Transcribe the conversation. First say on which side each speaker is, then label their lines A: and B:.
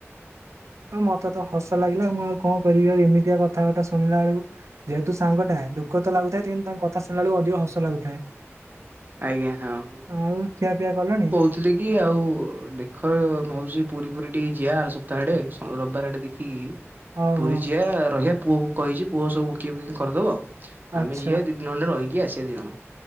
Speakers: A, on the right; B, on the right.
A: ହଁ ମତେ ତ ହସ ଲାଗିଲା ମୁଁ ଆଉ କଣ କରିବି ଆଉ ଏମିତିଆ କଥାବାର୍ତ୍ତା ଶୁଣିଲା ବେଳକୁ ଯେହେତୁ ସାଙ୍ଗଠଟା ଦୁଃଖ ତ ଲାଗୁଥାଏ କିନ୍ତୁ ତାଙ୍କ କଥା ଶୁଣିଲା ବେଳକୁ ଅଧିକ ହସ ଲାଗୁଥାଏ।
B: ଆଜ୍ଞା ହଁ। ହଁ
A: ଆଉ ଖିଆପିଆ କଲଣି?
B: <unintelligible> କି ଆଉ ଦେଖ ଓ ମୁଁ ଭାବଛି ପୁରୀ ଫୁରୀ ଟିକେ ଯିଆ ଆର ସପ୍ତାହ ଆଡେ ରବିବାର ଆଡେ ଦେଖିକି।
A: ହଉ
B: ପୁରୀ
A: ହଉ
B: ଯିିବା ରହିବା ପୁଅକୁ କହିଚି ପୁଅ ସବୁ ବୁକିଙ୍ଗ୍ ଫୁକିଙ୍ଗ୍ କରିଦବ। ଆଉ
A: ଆଚ୍ଛା
B: ଆମେ ଯିିବା ଦି ଣ୍ଡେ ରହିକି ଆସିବା ଦିଇଜଣ।